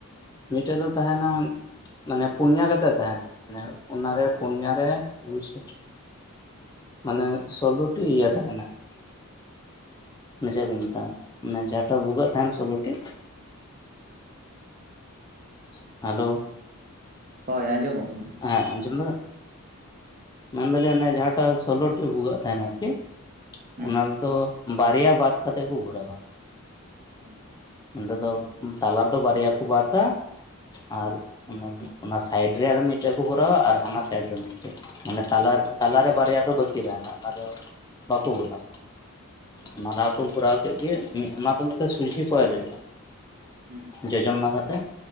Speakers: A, on the left (about 15°); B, on the right (about 40°).
A: ᱢᱤᱫᱴᱮᱡ ᱫᱚ ᱛᱟᱦᱮᱱᱟ ᱢᱟᱱᱮ ᱯᱩᱱᱭᱟ ᱠᱟᱛᱮᱜ ᱛᱟᱦᱮᱱᱟ ᱢᱟᱱᱮ ᱚᱱᱟᱨᱮ ᱯᱩᱱᱭᱟ ᱨᱮ ᱵᱷᱚᱛ ᱢᱟᱱᱮ ᱥᱳᱞᱳᱴᱤ ᱤᱭᱟᱹ ᱛᱟᱦᱮᱱᱟ ᱾ ᱪᱮᱫ ᱠᱚ ᱢᱮᱛᱟᱜ-ᱟ ᱢᱟᱱᱮ ᱡᱟᱦᱟᱸᱴᱟᱜ ᱵᱷᱩᱜᱟᱹᱜ ᱛᱟᱦᱮᱱ ᱥᱳᱞᱚᱴᱤ <inaudible>
B: ᱦᱳᱭ ᱟᱸᱡᱚᱢᱚᱜ ᱠᱟᱱᱟ ᱾
A: ᱦᱮᱸ ᱟᱸᱡᱚᱢ ᱫᱟᱵᱤᱱ ᱢᱮᱱᱫᱟᱞᱤᱧ ᱡᱟᱦᱟᱸᱴᱟᱜ ᱥᱳᱞᱳᱴᱤᱤ ᱵᱷᱩᱜᱟᱜ ᱛᱟᱦᱮᱱᱟ ᱟᱨᱠᱤ
B: ᱦᱩᱸ
A: ᱚᱱᱟ ᱨᱮᱫᱚ ᱵᱟᱨᱭᱟ ᱵᱟᱫ ᱠᱟᱛᱮᱜ ᱠᱚ ᱵᱷᱚᱨᱟᱣ-ᱟ ᱾
B: <unintelligible>
A: ᱚᱱᱛᱮ ᱫᱚ ᱛᱟᱞᱟ ᱨᱮᱫᱚ ᱵᱟᱨᱭᱟ ᱠᱚ ᱵᱟᱫ-ᱟ ᱾ ᱟᱨ ᱚᱱᱟ ᱥᱟᱭᱤᱰ ᱨᱮ ᱟᱨ ᱢᱤᱫ ᱴᱮᱡ ᱠᱚ ᱠᱚᱨᱟᱣᱟ ᱟᱨ ᱦᱟᱱᱟ ᱥᱟᱭᱤᱰ ᱨᱮ ᱢᱤᱫᱴᱮᱡ ᱢᱟᱱᱮ ᱛᱟᱞᱟᱨ ᱛᱟᱞᱟᱨᱮ ᱵᱟᱨᱭᱟ ᱫᱚ ᱵᱟᱹᱠᱤ ᱛᱟᱦᱮᱱᱟ, ᱚᱱᱟ ᱫᱚ ᱵᱟᱠᱚ ᱜᱚᱴᱟ ᱚᱱᱟ ᱫᱷᱟᱣ ᱠᱚ
B: ᱟᱪᱪᱷᱟ
A: ᱵᱷᱚᱨᱟᱣ ᱠᱮᱫ ᱜᱮ ᱚᱱᱟ ᱫᱚ ᱢᱤᱫᱴᱤᱡ ᱥᱚᱡᱷᱮ ᱠᱚᱭᱮᱞ ᱦᱩᱭᱩᱜ-ᱟ᱾
B: ᱦᱩᱸ
A: ᱡᱚᱡᱚᱢ ᱱᱟᱠᱷᱟᱛᱮ